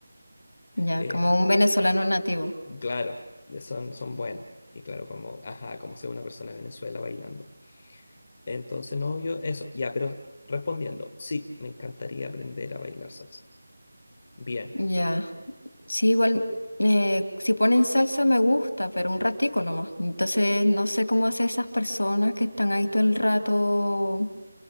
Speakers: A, on the left; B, on the left.
A: Ya,
B: Eh,
A: como un venezolano nativo.
B: claro, son, son buenos. Y claro, como, ajá, como sea una persona de Venezuela bailando. Entonces, no, yo, eso, ya, pero respondiendo, sí, me encantaría aprender a bailar salsa. Bien.
A: Ya. Sí, igual, eh, si ponen salsa me gusta, pero un ratico nomás. Entonces, no sé cómo hacen esas personas que están ahí todo el rato